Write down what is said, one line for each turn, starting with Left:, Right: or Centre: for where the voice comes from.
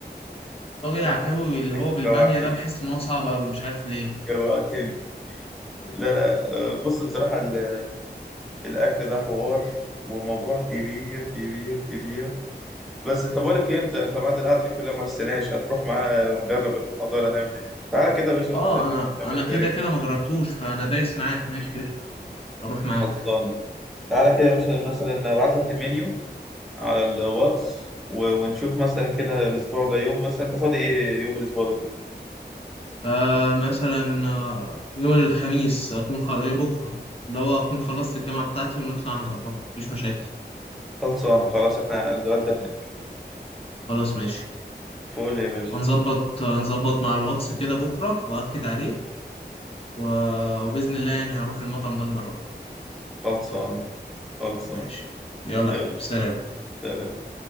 Left: طاجن
Centre: ست
Left: العكاوي
Centre: <laughs>
Left: اللي هو بالبامية
Centre: جوعتني
Left: ده بحس إن هو صعب أوي مش عارف ليه
Centre: جوعتني لا لا آه، بص بصراحه ال- الاكل ده حوار وموضوع كبير كبير كبير بس طب اقول لك ايه انت طب بعد القعده دي كلها ما استناش هتروح معانا نجرب المطعم ده ولا نعمل ايه تعالى كده يا باشا
Left: اه
Centre: ن-
Left: انا
Centre: نعمل
Left: انا كده
Centre: ريفيو
Left: كده ما
Centre: كده
Left: جربتوش فانا دايس معاك ماشي قشطة، اروح معاك
Centre: خلصانه تعالى كده يا باشا مثلا ابعت لك المنيو على الواتس و- ونشوف مثلا كده الاسبوع ده يوم مثلا انت فاضي ايه يوم الاسبوع ده
Left: آه مثلا آه، يوم الخميس اكون خ... إيه، بكره اللي هو اكون خلصت الجامعه بتاعتي ونطلع نجربه مفيش مشاكل
Centre: خلصانه خلاص احنا هنتغدى هناك
Left: خلاص ماشي
Centre: فول يا باشا
Left: هنظبط هنظبط مع الواتس كده بكره واكد عليك و... وباذن الله يعني هروح المطعم ده نجربه
Centre: خلصان خلصان
Left: ماشي يلا
Centre: يلا
Left: يا حبيبي سلام
Centre: سلام